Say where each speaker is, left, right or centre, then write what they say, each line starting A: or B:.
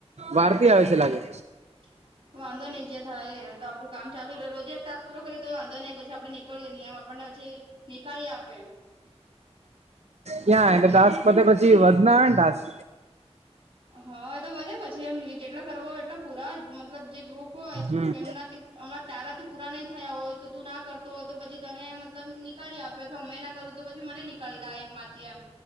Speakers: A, on the right (about 80°); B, on the right (about 50°).
A: વારતી આવે છે લાગે
B: <inaudible> વાંધો નઈ જે થાય એ એ તો આપડું કામ ચાલુ રહે રોજે એક ટાસ્ક પૂરો કરીએ તો એ વાંધો નહી પછી આપડે નીકળએ નહી એમ આપણને પછી- -નીકાળી આપે.
A: ક્યાં એટલે ટાસ્ક પતે પછી વધના આવે ને ટાસ્ક?
B: હા એ તો વધે. પછી એમ જેટલા કરવા હોય એટલા પૂરા મતલબ જે ગ્રુપ હોય
A: હમ
B: તેમનાથી- -હમણાં તારાથી પૂરા નહી થયા હોય તો તું ના કરતો હોય તો પછી તને મતલબ નીકાળી આપે. પછી હુંમે ના કરું તો પછી મને નીકળી દે આ એપ માંથી એમ